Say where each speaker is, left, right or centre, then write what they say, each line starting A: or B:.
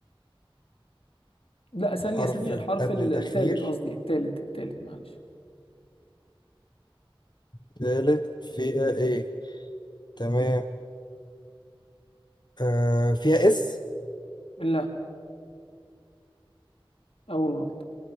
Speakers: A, on the left (about 80°); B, on the left (about 50°).
A: لا ثانية
B: حرف
A: ثانية الحرف
B: قبل
A: ال-
B: الأخير
A: التالت قصدي التالت التالت معلش
B: تالت فيها ايه تمام آه، فيها اس
A: لا أول غلطة